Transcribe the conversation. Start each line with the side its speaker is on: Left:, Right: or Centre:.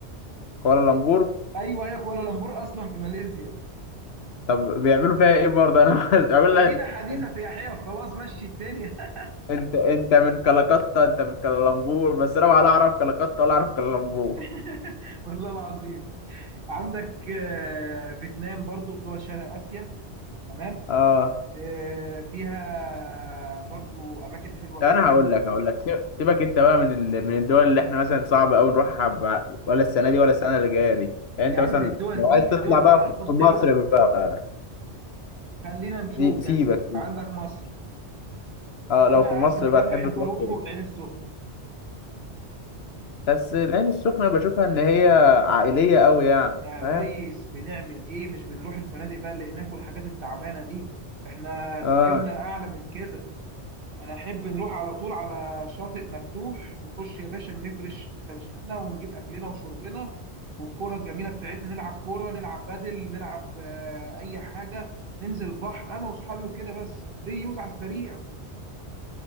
Left: كوالالمبور
Right: ايوه هي كوالالمبور اصلا في ماليزيا
Left: طب بيعملوا فيها ايه برضه انا <laughs> عايز اقول
Right: مدينه
Left: لك
Right: حديثه
Left: انت
Right: سياحيه وخلاص مشي الدنيا
Left: انت أنت من كلكتة انت من كلالمبور بس انا ولا اعرف كلكتة ولا اعرف كلالمبور
Right: <laughs> والله العظيم عندك آه، فيتنام برضو في دول شرق اسيا تمام
Left: اه
Right: آه، فيها برضو اماكن حلوه
Left: طب
Right: جدا
Left: انا هقول لك هقول لك سيب- سيبك انت بقى من ال... من الدول اللي احنا مثلا صعب قوي نروحها ب... ولا السنة دي ولا السنة اللي جاية دي يعني انت
Right: يا عم
Left: مثلا
Right: الدول
Left: لو
Right: دي
Left: عايز تطلع
Right: الدول
Left: بقى
Right: دي ارخص
Left: في في
Right: دول
Left: مصر بقى
Right: خلينا نشوف
Left: سي-
Right: يا
Left: سيبك
Right: سيدي عندك مصر
Left: اه لو
Right: انا احسن
Left: في مصر
Right: مكان
Left: بقى تحب
Right: بحب
Left: تروح
Right: اروحه
Left: فين
Right: العين السخنه
Left: بس العين السخنة بشوفها إن هي عائلية أوي يعني
Right: يا
Left: فاهم؟
Right: ريس بنعمل ايه مش بنروح الفنادق بقى اللي هناك والحاجات التعبانه دي احنا تفكيرنا
Left: آه
Right: اعلى من كده انا احب نروح على طول على شاطئ مفتوح نخش يا باشا نفرش فرشتنا ونجيب اكلنا وشربنا والكرة الجميله بتاعتنا نلعب كوره نلعب بدل نلعب آه، اي حاجه ننزل بحر انا واصحابي وكده بس دي يوز على السريع